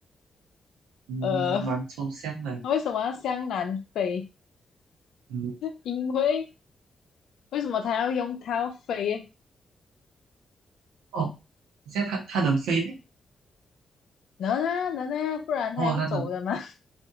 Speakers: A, on the right; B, on the left.
A: 嗯，
B: 呃，
A: 蛮抽象的。
B: 它为什么要向南飞？
A: 嗯，
B: 因为为什么它要用它要飞？
A: 哦，等一下它它能飞呗？
B: 能啊能啊，不然它用走的吗？
A: 哦，它能，